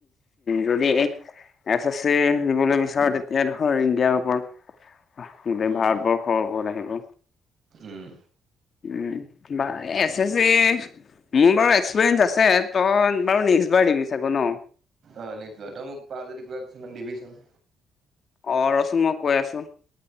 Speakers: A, on the left (about 45°); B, on the right (about 55°).
A: যদি এই এছ এছ চি দিবলৈ বিচাৰ তেতিয়া ধৰ ইণ্ডিয়াৰ ওপৰত গোটেই
B: উম
A: ভাৰতবৰ্ষৰ ওপৰত আহিব।
B: উম
A: উম, বা এছ এছ চি মোৰ বাৰু এক্সপিৰিয়েঞ্চ আছে। তই বাৰু নেক্স বাৰ দিবি চাগৈ ন?
B: অ নেক্স বাৰ। তই মোক পাৰ যদি কিবা কিছুমান দিবিচোন।
A: অ ৰচোন মই কৈ আছোঁ।